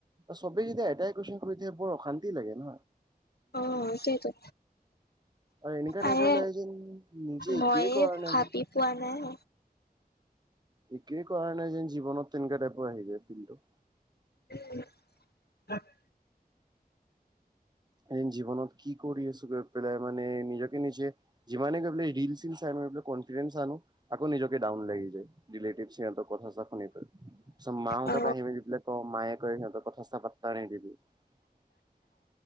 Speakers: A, on the right; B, on the left.
A: চবেই যেতিয়া এটাই কুৱেশন শুধি থাকে বৰ অশান্তি লাগে ন।
B: অ, সেইটো
A: অ, এনেকা টাইপৰ
B: আৰে
A: লাগে যেন নিজে
B: মইয়ে
A: একোৱেই কৰা নাই।
B: ভাবি
A: যেন
B: পোৱা নাই।
A: একোৱেই কৰা নাই যেন জীৱনত তেনেকা টাইপৰ আহি যায় ফিলটো।
B: উম, <unintelligible>
A: এদিন জীৱনত কি কৰি আছো গৈ পেলাই মানে নিজকে-নিজে। যিমানে গৈ পেলাই ৰীল ছিল চাই পেলাই কনফিডেন্স আনো। আকৌ নিজকে ডাউন লাগি যায়, ৰিলেটিভ সিহঁতৰ কথা চথা শুনি পেলাই। তাৰছত মাহঁতক
B: অ
A: আহিবি য পোলে কও মায়ে কয় সিহঁতক কথা চ পাত্তা নিদিবি। <inaudible>